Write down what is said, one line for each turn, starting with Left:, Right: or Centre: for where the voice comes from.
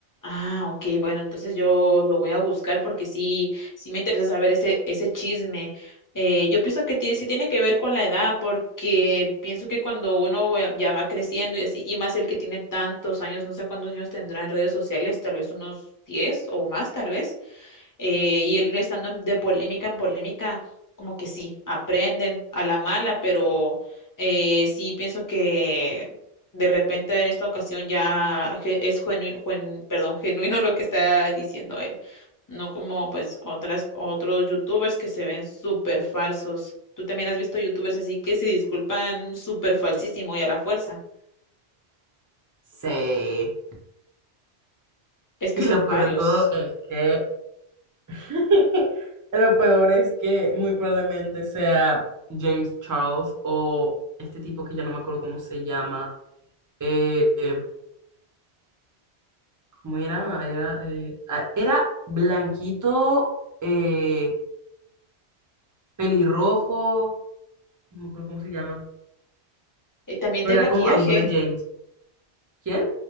Left: Ah, ok, bueno, entonces yo lo voy a buscar porque sí, sí me interesa saber ese, ese chisme. Eh, yo pienso que tiene- sí tiene que ver con la edad, porque pienso que cuando uno ya ya va creciendo y así, y más el que tiene tantos años, no sé cuántos años tendrá en redes sociales, tal vez unos 10 o más, tal vez eh, y él estando en- de polémica en polémica, como que sí, aprenden a la mala, pero eh, sí pienso que de repente en esta ocasión ya ge- es genuino, perdón, <laughs> genuino lo que está diciendo él, no como pues otras, otros youtubers que se ven súper falsos. Tú también has visto youtubers así que se disculpan súper falsísimo y a la fuerza.
Right: Sí.
Left: Es que
Right: Y
Left: son
Right: lo peor
Left: varios.
Right: de todo es que, <laughs> lo peor es que muy probablemente sea James Charles o este tipo que ya no me acuerdo cómo se llama. Eh, eh, ¿Cómo era? Era, eh, ah, era blanquito, eh, pelirrojo, no me acuerdo cómo se llama,
Left: Eh, también
Right: pero
Left: de maquillaje,
Right: era como amigo de James. ¿Quién?